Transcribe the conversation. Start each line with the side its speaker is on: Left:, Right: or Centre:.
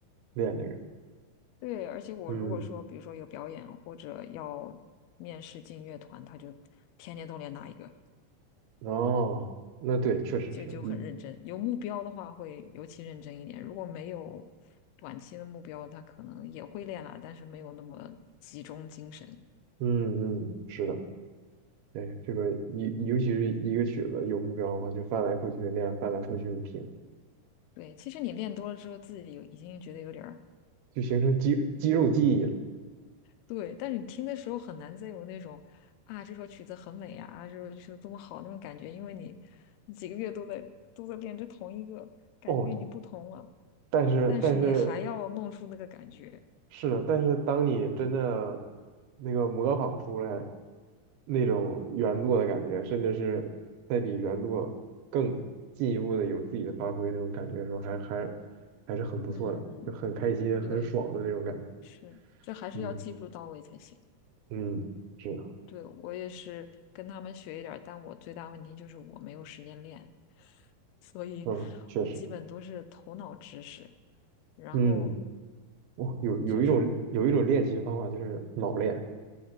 Right: 练这个。
Left: 对，而且我如果说，
Right: 嗯，
Left: 比如说有表演或者要面试进乐团，他就天天都练哪一个，
Right: 哦，那对，确实是一
Left: 就就很认真。有目标的话会尤其认真一点，如果没有短期的目标，他可能也会练啦，但是没有那么集中精神。
Right: 嗯嗯，是的。对，这个一尤其是一个曲子有目标的话，就翻来覆去地练，翻来覆去地听，
Left: 对，其实你练多了之后，自己有已经觉得有点儿
Right: 就形成肌肌肉记忆了。
Left: 对，但是你听的时候很难再有那种啊，这首曲子很美呀，啊这首曲子多么好那种感觉，因为你你几个月都在都在练这同一个，感觉已经不同了，
Right: 哦，但是但是
Left: 但是你还要弄出那个感觉，
Right: 是的，但是当你真的那个模仿出来那种原作的感觉，甚至是再比原作更进一步的有自己的发挥那种感觉的时候，还还还是很不错的，
Left: 嗯，
Right: 就很开心、
Left: 对，
Right: 很爽的那种感觉。
Left: 是，这还是要技术到位才行。
Right: 嗯嗯，是的，
Left: 对，我也是跟他们学一点儿，但我最大问题就是我没有时间练，所以
Right: 嗯，确实，
Left: 我基本都是头脑知识，然后
Right: 嗯，哇，有有一种有一种练琴方法就是脑练。
Left: 就是